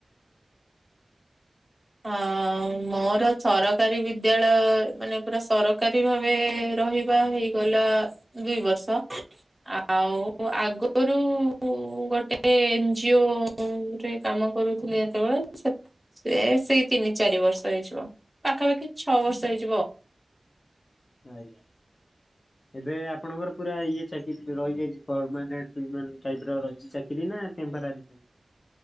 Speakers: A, in the centre; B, on the left.
A: ହଁ ମୋର ସରକାରୀ ବିଦ୍ୟାଳୟ ମାନେ ପୁରା ସରକାରୀ ଭାବେ ରହିବା ହେଇଗଲା ଦୁଇ ବର୍ଷ। ଆ ଆଉ ଆଗରୁ ମୁଁ ଗୋଟେ ଏନଜିଓ ରେ କାମ କରୁଥିଲି ଯେତେବେଳେ ସେତେ ସେ ସେଇ ତିନି ଚାରି ବର୍ଷ ହେଇଯିବ ପାଖାପାଖି ଛଅ ବର୍ଷ ହେଇଯିବ।
B: ଆଜ୍ଞା। ଏବେ ଆପଣଙ୍କର ପୁରା ଇଏ ଚାକିରି ରହିଯାଇଛି ପରମାନେଣ୍ଟ ଟାଇପର ରହିଛି ଚାକିରି ନା ଟେମ୍ପରାରୀ ଟାଇପ।